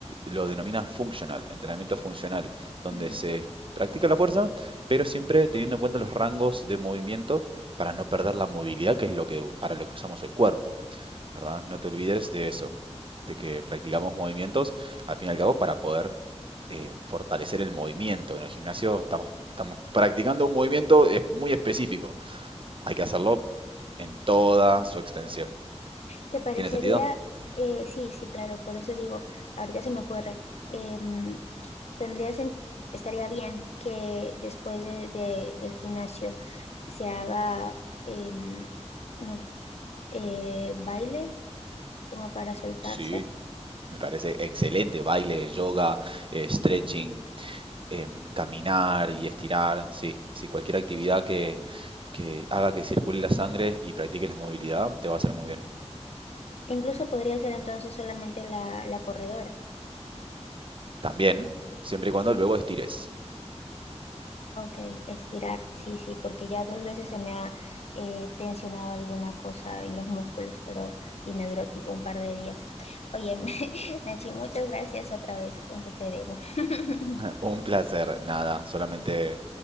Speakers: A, on the right; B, on the left.
A: lo denomina functional, entrenamiento funcional, donde
B: Mm.
A: se practica la fuerza, pero siempre teniendo en cuenta los rangos de movimiento para no perder la movilidad, que es lo que, para lo que usamos el cuerpo, ¿verdad? No te olvides de eso, de que practicamos movimientos al fin y al cabo para poder eh, fortalecer el movimiento. En el gimnasio estamos, estamos practicando un movimiento es- muy específico. Hay que hacerlo en toda su extensión.
B: ¿Te parecería?
A: ¿Tiene sentido?
B: eh, sí, sí, claro. Por eso digo, ahorita se me ocurre. em, tendría sen- estaría bien que después de- de- del gimnasio se haga em, no- eh, baile como para soltarse.
A: Sí, me parece excelente. Baile, yoga, eh, stretching, em, caminar y estirar, sí, sí, cualquier actividad que, que haga que circule la sangre y practiques la movilidad te va a hacer muy bien.
B: Incluso podría ser entonces solamente la, la corredora.
A: También, siempre y cuando luego estires.
B: Ok, estirar, sí, sí, porque ya dos veces se me ha eh, tensionado alguna cosa en los músculos,
A: <laughs>
B: pero y me duró tipo un par de días. Oye, <laughs> Nachi, muchas gracias otra vez, ¿cuánto te debo? <laughs>
A: Un placer, nada, solamente